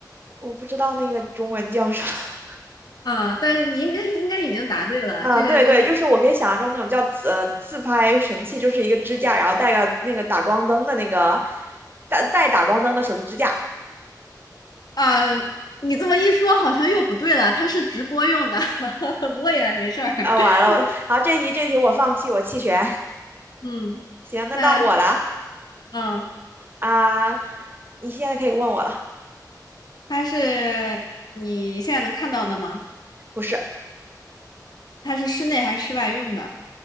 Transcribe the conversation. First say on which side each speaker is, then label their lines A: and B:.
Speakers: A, on the right; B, on the left.
A: 我不知道那个中文叫什么。<laughs>
B: 啊？但是你应该应该已经答对了，
A: 啊、
B: 这个就是
A: 对对，就是我可以想象中那种叫自呃自拍神器，就是一个支架，然后带个那个打光灯的那个带带打光灯的手机支架。
B: 啊，你这么一说好像又不对了，它是直播用的，<laughs> 不过也没事儿。
A: 啊，
B: <laughs>
A: 完了，我好，这题这题我放弃，我弃权。
B: 嗯，
A: <laughs> 行，那到我了
B: 那嗯，
A: 啊、你现在可以问我了，
B: 它是你现在能看到的吗？
A: 不是
B: 它是室内还是室外用的？